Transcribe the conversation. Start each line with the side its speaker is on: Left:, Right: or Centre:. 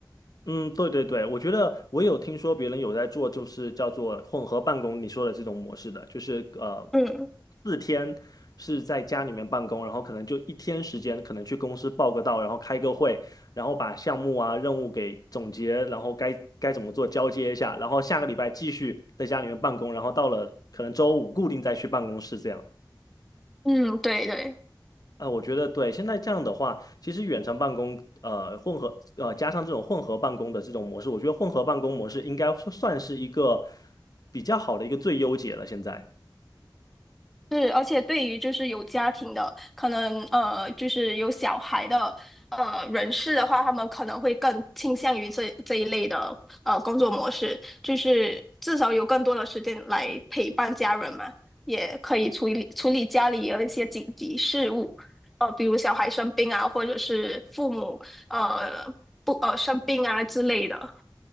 Left: 嗯，对对对，我觉得我有听说别人有在做，就是叫做混合办公，你说的这种模式的，就是呃，
Centre: 嗯
Left: 四天是在家里面办公，然后可能就一天时间，可能去公司报个到，然后开个会，然后把项目啊任务给总结，然后该该怎么做交接一下，然后下个礼拜继续在家里面办公，然后到了可能周五固定再去办公室这样。
Centre: 嗯，对对。
Left: 啊，我觉得对，现在这样的话，其实远程办公，呃，混合，呃，加上这种混合办公的这种模式，我觉得混合办公模式应该算算是一个比较好的一个最优解了。现在，
Centre: 是，而且对于就是有家庭的，可能呃，就是有小孩的呃人士的话，他们可能会更倾向于这这一类的呃工作模式，就是至少有更多的时间来陪伴家人嘛，也可以处理处理家里有一些紧急事务，呃，比如小孩生病啊，或者是父母呃不呃生病啊之类的。